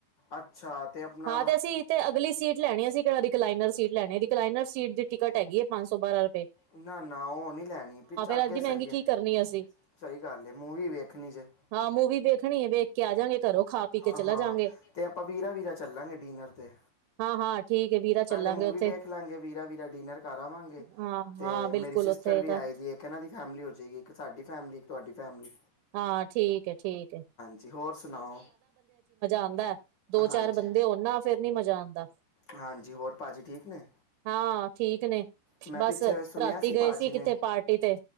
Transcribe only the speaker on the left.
ਅੱਛਾ ਤੇ ਅਪਣਾ
ਨਾ ਨਾ, ਓਹ ਨੀ ਲੈਣੀ ਪਿਛ ਅਗੇ
ਸਹੀ
ਏ।
ਸਹੀ ਗੱਲ ਏ, ਮੂਵੀ ਵੇਖਣੀ ਜੇ।
ਅ
ਹਾਂ,
ਤੇ ਆਪਾਂ ਵੀਰਾ ਵੀਰਾ ਚੱਲਾਂਗੇ ਡਿਨਰ ਤੇ।
ਪੈਲੇ
ਮੂਵੀ
ਵੇਖ ਲਾਂਗੇ, ਵੀਰਾ ਵੀਰਾ ਡਿਨਰ ਕਰ ਆਵਾਂਗੇ।
ਤੇ
ਮੇਰੀ ਸਿਸ
ਟਰ ਵੀ
ਆਈ ਦੀ ਏ, ਇਕ ਇਹਨਾਂ ਦੀ ਫੈਮਿਲੀ ਹੋ ਜੇਗੀ, ਇੱਕ ਸਾਡੀ ਫੈਮਿਲੀ, ਇਕ ਤੁਐਡੀ ਫੈਮਿਲੀ।
ਜੀ, ਹੋਰ ਸੁਣਾਓ?
ਹਾਂਜੀ,
ਹਾਂਜੀ ਹੋਰ ਭਾਜੀ ਠੀਕ ਨੇ?
ਮੈਂ
ਪਿੱਛੇ ਵ ਸੁਣਿਆ
ਸੀ
ਭਾਜੀ
ਨੇ